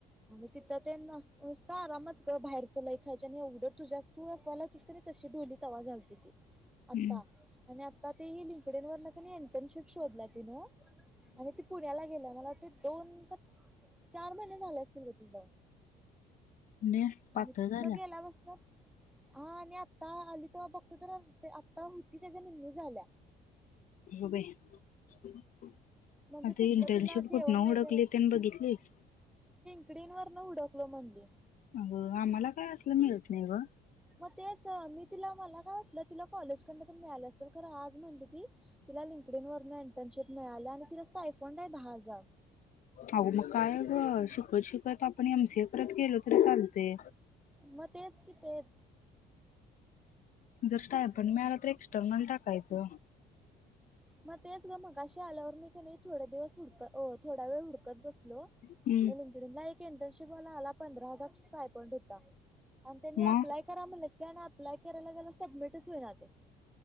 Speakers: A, in the centre; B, on the left (about 50°).
A: आणि तिथं ते नसत आरामच बाहेर च लय खायची, आणि एवढं तुझ्यास् तूला दिसते तशी डोली. तवा झालती ती. आता
B: हम्म
A: आणि का तेही ली तिकडेन वरण <unintelligible> क इंटर्नशिप शोधला तिनं आणि ती पुण्याला गेलं मला वा ते दोन का चार महिने झाले असतील ग तिजाऊन
B: म्हणजे पातळ
A: आणि तिथन
B: झाल्या
A: गेला म हा आणि आता आलीत तेव्हा बघतो तर आता होती त्याच्या निमी झाल्या.
B: हो बया
A: म्हणजे
B: आता
A: तिथलं
B: इंटर्नशिप
A: तिला जेवण
B: कुठनं
A: वगैरे
B: हुडकली त्यांनी बघितलीत
A: लिंकडइन वरन हुडकलो म्हनली
B: अ आम्हाला काय असलं मिळत नाही ग?
A: मग तेच मी तिला मला ना <unintelligible> तिला कॉलेज कडन पण मिळालं असल खरं आज म्हणल की तिला <unintelligible> वर्ण इंटर्नशिप मिळाल्या आणि तिला <unintelligible> आहे दहा हजार
B: अगं मग काय ग शिकत शिकत आपण एम सी ए परत केल तरी चालतय
A: मग तेच की तेच
B: जर मिळालं तर एक्स्टर्नल टाकायचं.
A: मग तेच गं म कश आल्यावर मी का नाही थोड्या दिवस हुडकत अ थोड्या वेळ हुडकत बस हॅलो
B: हम्म
A: लिंकडीला एक इंटर्नशिप वाला आला पंधरा हजार स्टार्टिंग होता आणि त्यांनी
B: मग
A: अप्लाय करा म्हट त्याने आपला करायला गेला सबमिटच होईना ते